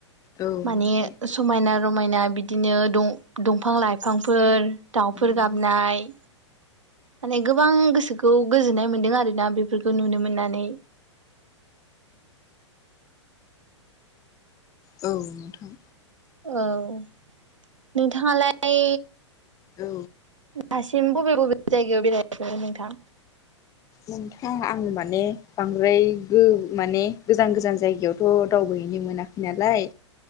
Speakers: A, on the left (about 20°); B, on the right (about 85°).
A: औ उम
B: माने समायना रमायना बिदिनो दं-दंफां लाइफांफोर दाउफोर
A: औ नोंथां उम
B: गाबनाय माने गोबां गोसोखौ गोजोननाय मोन्दों आरोना बेफोरखौ नुनो मोननानै।
A: औ औ नोंथां
B: औ नोंथाङालाय
A: औ
B: दासिम बबे बबे जायगायाव बेरायहैफेरखो नोंथां?
A: नोंथां आङो माने बांद्राय गो माने गोजान गोजान जायगायावथ' दावबायहैनो मोना नालाय